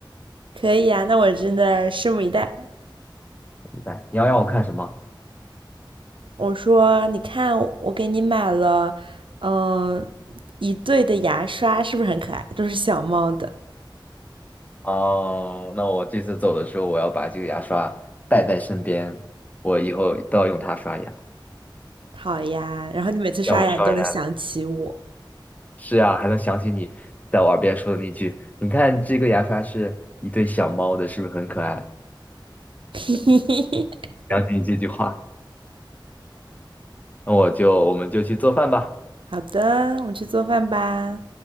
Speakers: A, on the right (about 80°); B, on the left (about 20°).
A: 可以呀，那我真的拭目以待。
B: 来，你要让我看什么？
A: 我说，你看，我给你买了，嗯，一对的牙刷，是不是很可爱？都是小猫的。
B: 哦，那我这次走的时候，我要把这个牙刷带在身边，我以后都要用它刷牙，
A: 好呀，然后你每次刷牙，
B: 让我刷牙的。
A: 你都能想起我。
B: 是啊，还能想起你在我耳边说的那句：“你看这个牙刷是一对小猫的，是不是很可爱？”
A: <laughs>
B: 想起你这句话，那我就我们就去做饭吧。
A: 好的，我去做饭吧。